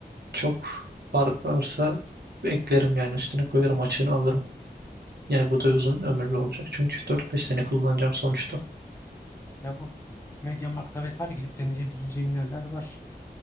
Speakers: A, on the right; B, on the left.
A: çok fark varsa eklerim yani üstüne koyarım açığını alırım. Yani bu da uzun ömürlü olacak çünkü 4-5 sene kullanacağım sonuçta.
B: Ya bu MediaMarkt'ta vesaire gidip deneyebileceğin yerler var.